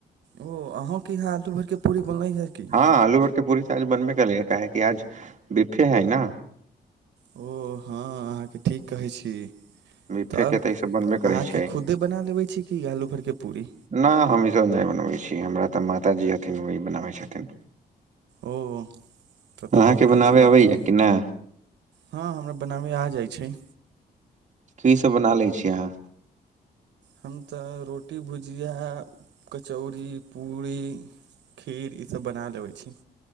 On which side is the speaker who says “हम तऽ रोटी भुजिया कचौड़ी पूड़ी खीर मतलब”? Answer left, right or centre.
Right